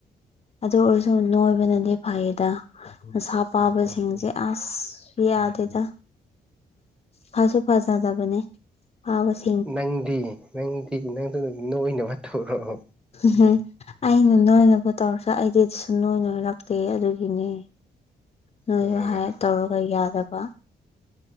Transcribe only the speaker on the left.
ꯑꯗꯨ ꯑꯣꯏꯔꯁꯨ ꯅꯣꯏꯕꯅꯗꯤ ꯐꯩꯗ ꯃꯁꯥ ꯄꯥꯕꯁꯤꯡꯁꯦ ꯑꯁ ꯌꯥꯗꯦꯗ ꯐꯁꯨ ꯐꯖꯗꯕꯅꯦ ꯐꯥꯕꯁꯨ
ꯍꯨꯍꯨ ꯑꯩꯅ ꯅꯣꯏꯅꯕ ꯇꯧꯔꯁꯨ ꯑꯩꯗꯤ ꯁꯨꯅꯣꯏ ꯅꯣꯏꯔꯛꯇꯦ ꯑꯗꯨꯒꯤꯅꯦ ꯅꯣꯏꯌꯨ
ꯍꯥꯏ ꯇꯧꯔꯒ ꯌꯥꯗꯕ